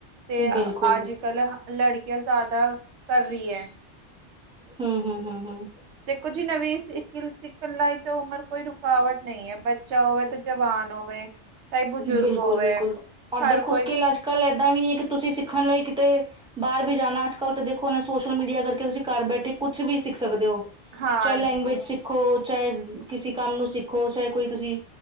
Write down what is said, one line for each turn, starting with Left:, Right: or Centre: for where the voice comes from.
Right: ਤੇ
Centre: ਬਿਲਕੁਲ
Right: ਆਜ-ਕੱਲ ਲੜਕੀਆਂ ਜ਼ਿਆਦਾ ਕਰ ਰਹੀ ਐ।
Centre: ਹੂੰ, ਹੂੰ, ਹੂੰ, ਹੂੰ।
Right: ਦੇਖੋ ਜੀ, ਨਵੀਂ ਸਿਕਿਲ ਸਿੱਖਣ ਲਾਇਕ ਤੇ ਉਮਰ ਕੋਈ ਰੁਕਾਵਟ ਨਹੀਂ ਹੈ, ਬੱਚਾ ਹੋਵੇ ਤੇ ਜਵਾਨ ਹੋਵੇ। ਚਾਹੇ ਬਜ਼ੁਰਗ
Centre: ਬਿਲਕੁਲ-ਬਿਲਕੁਲ,
Right: ਹੋਵੇ
Centre: ਹੁਣ
Right: ਹਰ
Centre: ਦੇਖੋ
Right: ਕੋਈ
Centre: ਸਕਿਲ ਅੱਜ-ਕੱਲ ਏਦਾਂ ਨਹੀਂ ਹੈ, ਕਿ ਤੁਸੀਂ ਸਿੱਖਣ ਲਈ ਕਿਤੇ ਬਾਹਰ ਬੀ ਜਾਣਾ, ਅੱਜ-ਕੱਲ ਤਾਂ ਦੇਖੋਨਾ ਸੋਸ਼ਲ ਮੀਡੀਆ ਕਰਕੇ, ਤੁਸੀਂ ਘਰ ਬੈਠੇ ਕੁਛ ਵੀ ਸਿੱਖ ਸਕਦੇ ਹੋ।
Right: ਹਾਂਜੀ
Centre: ਚਾਹੇ ਲੈਂਗੁਵੇਜ ਸਿੱਖੋ, ਚਾਹੇ ਕਿਸੇ ਕੰਮ ਨੂੰ ਸਿੱਖੋ, ਚਾਹੇ ਕੋਈ ਤੁਸੀਂ